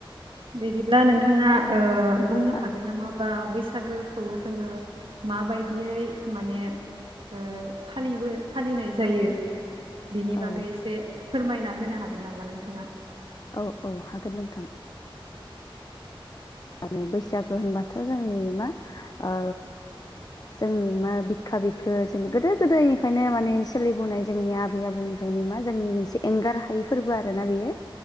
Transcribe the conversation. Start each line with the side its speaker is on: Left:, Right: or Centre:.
Right: बिदिब्ला नोंथाङा ओ बुंनो हागोन
Left: आ
Right: नामा बा बैसागोखौ जोङो माबायदियै माने ओ फालिबो फालिनाय जायो बिनि
Left: औ
Right: बागै एसे फोरमायना होनो हागोन नामा नोंथाङा
Left: औ औ हागोन नोंथां आरो बैसागो होनबाथ' जोंनि मा ओ जोंनि मा बिखा बिख्लो जोंनि गोदो गोदायनिफ्रायनो माने सोलिबोनाय जोंनि आबै आबौ निफ खायनो मा जोंनि मोनसे एंगार हायै फोरबो आरो ना बेयो